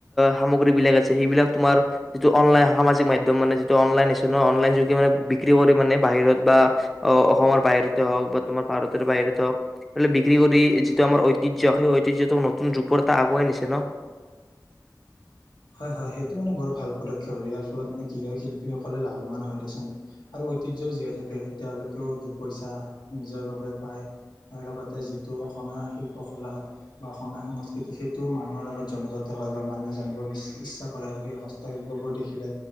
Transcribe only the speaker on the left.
হয়! হয়! সেইটো মানে বৰ ভাল পদক্ষেপ হয়! ইয়াৰ ফলত মানে কি হয় শিল্পীসকলে লাভৱান হয় দিয়চোন, আৰু ঐতিহ্যও জীয়াই থাকে, তেওঁলোকেও দুপইচা নিজৰ বাবে পায় আৰু লগতে যিটো অসমীয়া শিল্প কলা বা অসমীয়া সংস্কৃতি সেইটো মানুহৰ আগত জনজাত হয় বা মানুহে জানিব বি ইচ্ছা কৰে আৰু সেই হস্তশিল্প বোৰ দেখিলে,